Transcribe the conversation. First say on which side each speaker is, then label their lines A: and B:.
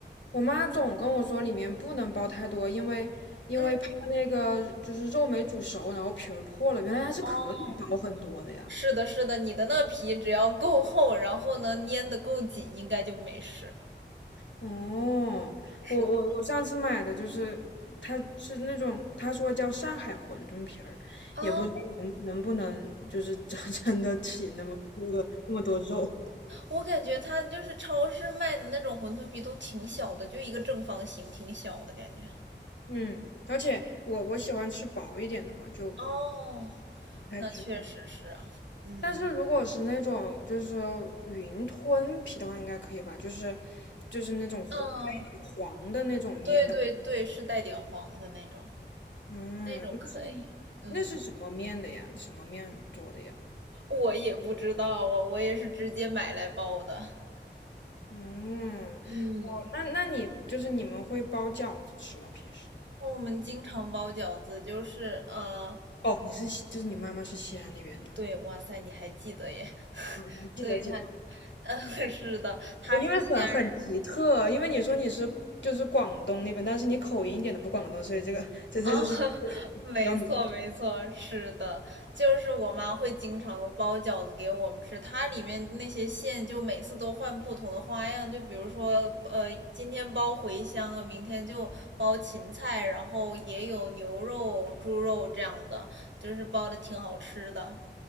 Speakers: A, on the left; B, on the right.
A: 我妈总跟我说里面不能包太多，因为因为怕那个就是肉没煮熟，
B: 嗯，
A: 然后皮儿破了。原来还是可以包很多的呀。
B: 哦，是的，是的，你的那皮只要够厚，然后呢粘得够紧，应该就没事。
A: 哦，
B: 是的。
A: 我我我上次买的就是，它是那种他说叫上海馄饨皮儿，
B: 哦，
A: 也不知道能能不能就是 <laughs> 真真的起那么多的那么多肉。
B: 我感觉它就是超市卖的那种馄饨皮都挺小的，就一个正方形，挺小的感觉。
A: 嗯，而且我我喜欢吃薄一点的嘛，就
B: 哦，
A: 不太知道。
B: 那确实是啊，嗯
A: 但是如果是那种就是云吞皮的话，应该可以吧？就是就是那种黄带一点黄的那种面的，
B: 嗯，对对对，是带点黄的那种，
A: 嗯，
B: 那种可以。
A: 那是
B: 嗯
A: 那是什么面的呀？什么面做的呀？
B: 我也不知道啊，我也是直接买来包的。
A: 嗯，
B: <laughs> 嗯，
A: 我那那你就是你们会包饺子吃吗？平时？
B: 我们经常包饺子，就是呃，
A: 哦，你是西就是你妈妈是西安那边的，
B: 对，哇塞，你还记得耶？<laughs>
A: 嗯，嗯记得记得，
B: 对，他，<laughs> 嗯，是的，他是先
A: 我因为很很奇特，因为你说你是就是广东那边，但是你口音一点都不广东，所以这个这这是这个比较明。
B: 啊，<laughs> 没错，没错，是的，就是我妈会经常包饺子给我们吃，它里面那些馅就每次都换不同的花样，就比如说，呃，今天包茴香啊，明天就包芹菜，然后也有牛肉、猪肉这样的，就是包的挺好吃的。